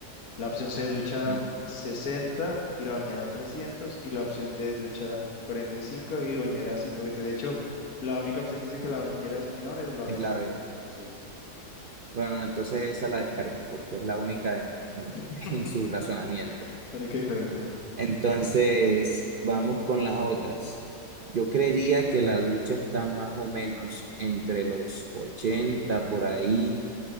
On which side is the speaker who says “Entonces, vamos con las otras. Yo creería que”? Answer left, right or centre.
Right